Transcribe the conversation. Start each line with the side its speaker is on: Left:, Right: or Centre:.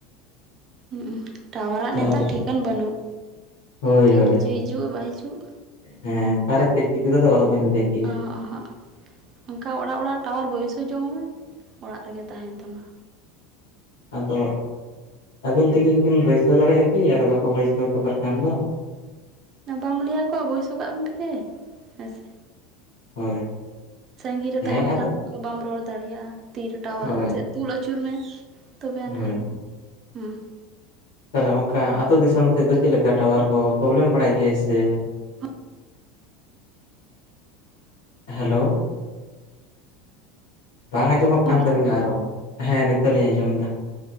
Right: ᱦᱩᱸᱜ-ᱩ ᱴᱟᱣᱟᱨᱟᱜ
Left: ᱛᱟᱦᱚᱞᱮ
Right: ᱱᱮᱛᱟᱨ ᱴᱷᱤᱠᱟᱹᱱ ᱵᱟᱹᱱᱩᱜ
Left: ᱦᱳᱭ
Right: ᱛᱤᱨᱮᱪᱚᱭ
Left: ᱦᱳᱭ
Right: ᱦᱤᱡᱩᱜ, ᱵᱟᱭ ᱦᱤᱡᱩᱜ᱾
Left: ᱦᱮᱸ ᱚᱠᱟᱨᱮ ᱪᱮᱫ ᱪᱤᱠᱟᱹ ᱜᱚᱫᱚᱜ-ᱟ, ᱚᱦᱚᱵᱤᱱ ᱞᱟᱹᱭ ᱠᱮᱭᱟ
Right: ᱚᱸ ᱦᱚᱜ-ᱚᱸ ᱦᱚᱜ ᱚᱱᱠᱟ ᱚᱲᱟᱜ ᱚᱲᱟᱜ ᱴᱟᱣᱟᱨ ᱵᱟᱹᱭᱥᱟᱹᱣ ᱡᱚᱝ ᱢᱮ, ᱚᱲᱟᱜ ᱨᱮᱜᱮ ᱛᱟᱦᱮᱸᱱ ᱛᱟᱢᱟ᱾
Left: ᱟᱫᱚ, ᱟᱹᱵᱤᱱ ᱛᱮᱜᱮ ᱜᱤᱵᱤᱱ ᱵᱟᱹᱭᱥᱟᱹᱣ ᱫᱟᱲᱮᱭᱟᱜᱼᱟ ᱠᱤ? ᱟᱫᱚ ᱵᱟᱠᱚ ᱵᱟᱹᱭᱥᱟᱹᱣ ᱦᱚᱴᱚ ᱠᱟᱜ ᱠᱷᱟᱱ ᱫᱚ᱾
Right: ᱮᱱᱟ, ᱵᱟᱢ ᱞᱟᱹᱭᱟ ᱠᱚᱣᱟ ᱵᱟᱹᱭᱥᱟ ᱠᱟᱜ ᱯᱮ ᱦᱮᱸ ᱥᱮ᱾
Left: ᱦᱳᱭ
Right: ᱥᱟᱺᱜᱤᱧ ᱨᱮ
Left: ᱦᱮᱸ
Right: ᱛᱟᱦᱮᱸᱱ
Left: ᱟᱫᱚ
Right: ᱠᱷᱟᱱ ᱚᱱᱠᱟ ᱵᱟᱢ ᱨᱚᱲ ᱫᱟᱲᱮᱭᱟᱜᱼᱟ᱾ ᱛᱤ ᱨᱮ ᱴᱟᱣᱟᱨ
Left: ᱦᱳᱭ
Right: ᱥᱮᱫ ᱛᱩᱞ ᱟᱹᱪᱩᱨ ᱢᱮ ᱛᱚᱵᱮ ᱟᱱᱟ
Left: ᱦᱳᱭ
Right: ᱦᱩᱸ᱾
Left: ᱛᱟᱦᱚᱞᱮ ᱚᱱᱠᱟ ᱟᱹᱛᱩ ᱫᱤᱥᱚᱢ ᱥᱮᱫ ᱫᱚ ᱪᱮᱫ ᱞᱮᱠᱟ ᱴᱟᱣᱟᱨ ᱠᱚ ᱯᱨᱚᱵᱞᱮᱢ ᱵᱟᱲᱟᱭ ᱜᱮᱭᱟᱭ ᱥᱮ?
Right: ᱟ <inaudible>
Left: ᱦᱮᱞᱳ ᱵᱟᱝ ᱟᱸᱡᱚᱢᱚᱜ ᱠᱟᱱ
Right: ᱧᱟᱢᱫᱟ
Left: ᱛᱟᱵᱤᱱᱟ ᱟᱨᱚ, ᱦᱮᱸ ᱱᱤᱛᱚᱜ ᱞᱤᱧ ᱟᱸᱡᱚᱢ ᱮᱫᱟ,